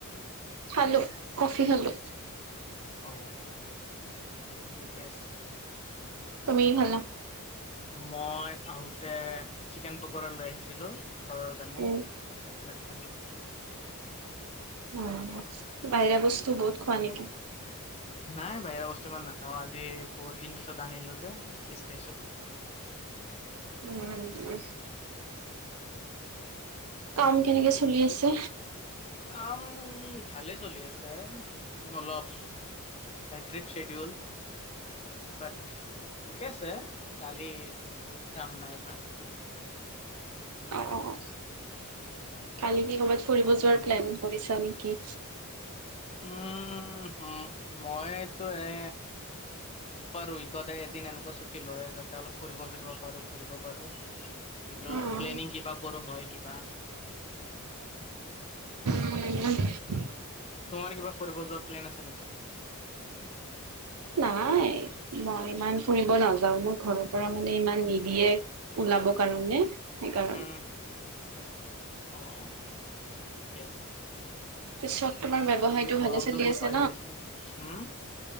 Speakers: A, on the right (about 75°); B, on the left (about 30°).
A: খালো কফি খালো
B: অ', ঠিকে আছে।
A: তুমি ভাল ন'?
B: মই আহোতে চিকেন পকৰা লৈ আহিছিলোঁ। ঘৰৰ কাৰণে
A: উম
B: এইবিলাক খালোঁ।
A: অ', বাহিৰা বস্তু বহুত খোৱা নেকি?
B: নাই বাহিৰা বস্তু ইমান নাখাওঁ, আজি বহুত দিন পিছত। আনিলো যে এক পিছ খাইছোঁ।
A: উম। কাম কেনেকে চলি আছে?
B: কাম ভালে চলি আছে, অলপ। হেকট্ৰিক ছিডিউল, বাট ঠিকে আছে। কালি কাম নাই ইমান।
A: অ', অ', অ। কালি কি কৰ'বাত ফুৰিব যোৱাৰ প্লেন কৰিছা নেকি?
B: উম হম মইতো এ। পাৰ উইকতে এদিন এনেকুৱা ছুটি লয় যাতে অলপ ফুৰিব চুৰিব পাৰো ফুৰিব পাৰো। কিন্তু
A: উম,
B: প্লেনিং কিবা কৰো হয় কিবা।
A: উম।
B: তোমাৰ কিবা ফুৰিব যোৱা প্লেন আছে নেকি?
A: নাই, মই ইমান ফুৰিব নাযাওঁ মোৰ ঘৰৰ পৰা মানে ইমান নিদিয়ে। উলাব কাৰণে। সেইকাৰণে
B: উম, অ' অ, ঠিকে আছে।
A: পিছত তোমাৰ ব্যৱসায়টো
B: আজিকালি গৰমটো
A: ভালে চলি
B: বহুত
A: আছে
B: বাঢ়ি গৈছে ন'? হুম।